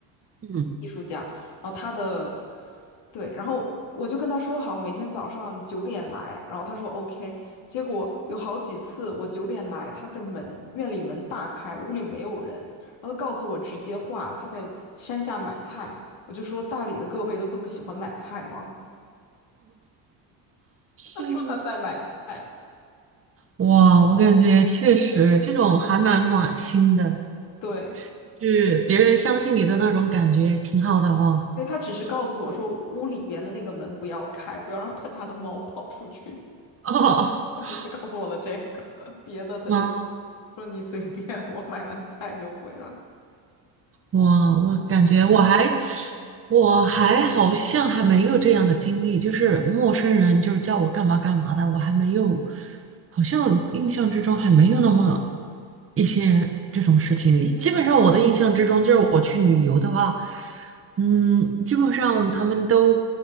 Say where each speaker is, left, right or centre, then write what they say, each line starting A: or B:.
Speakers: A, on the right (about 25°); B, on the left (about 60°).
A: 嗯，
B: 艺术家，然后他的，对，然后我就跟他说好，每天早上九点来，然后他说 OK，结果有好几次我九点来，他的门，院里门大开，屋里没有人，然后他告诉我直接画，他在山下买菜。我就说大理的各位都这么喜欢买菜吗？<laughs> 他说他在买菜，
A: 嗯，哇，我感觉确实这种还蛮暖心的，
B: 对，
A: 就是别人相信你的那种感觉，挺好的哦。
B: 所以他只是告诉我说屋里边的那个门不要开，不要让他家的猫跑出去。
A: <laughs>
B: 他只是告诉我了这个，<laughs> 别的他就
A: 哦，
B: 说你随便，我买完菜就回来。
A: 哇，我感觉我还
B: 哇，
A: 我还好像还没有这样的经历，就是陌生人就是叫我干嘛干嘛的，我还没有，好像印象之中还没有那么一些这种事情。
B: 嗯，
A: 基本上我的印象之中，就是我去旅游的话，嗯，基本上他们都